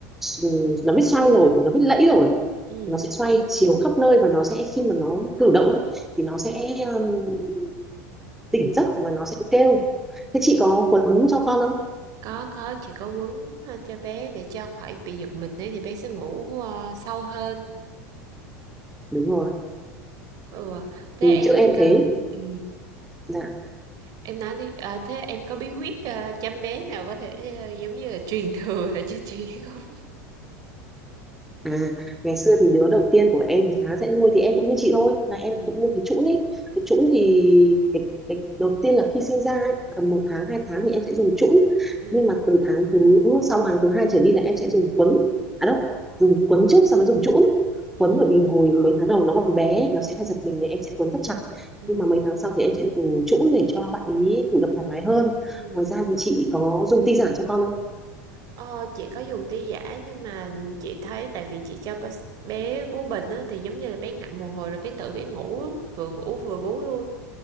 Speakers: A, in the centre; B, on the right.
A: ừ, nó biết xoay rồi nó biết lẫy rồi
B: ừ
A: nó sẽ xoay chiều khắp nơi và nó sẽ khi mà nó cử động thì nó sẽ um, tỉnh giấc và nó sẽ kêu thế chị có quấn cho con không
B: có có chỉ có quấn ờ, cho bé để cho khỏi bị giật mình ấy thì bé sẽ ngủ ờ, sâu hơn
A: đúng rồi
B: ừ thế
A: thì
B: em
A: chữ em
B: cơ
A: thế
B: ừ
A: là
B: Em nói đi, à, thế em có bí quyết à, chăm bé nào có thể à, giống như là truyền <laughs> thừa để cho chị không?
A: À, ngày xưa thì đứa đầu tiên của em thì khá dễ nuôi thì em cũng như chị thôi là em
B: Ừ,
A: cũng mua cái chũn ấy cái chũn thì cái, cái đầu tiên là khi sinh ra ấy, tầm một tháng hai tháng thì em sẽ dùng chũn
B: ừ,
A: nhưng mà từ tháng thứ sau hàng thứ hai trở đi là em sẽ dùng quấn à đâu dùng quấn trước sau đó dùng chũn
B: ừ,
A: quấn bởi vì hồi mấy tháng đầu nó còn bé nó sẽ hay giật mình thì em sẽ quấn rất chặt
B: ừ,
A: nhưng mà mấy tháng sau thì em sẽ dùng chũn để cho bạn ý cử động thoải mái hơn
B: ừ.
A: ngoài ra thì chị có dùng tinh giản cho con không
B: Ờ, chị có dùng ti giả nhưng mà chị thấy tại vì chị cho bé bé bú bình á, thì giống như là bé ngậm một hồi rồi bé tự bé ngủ á, vừa ngủ vừa bú luôn.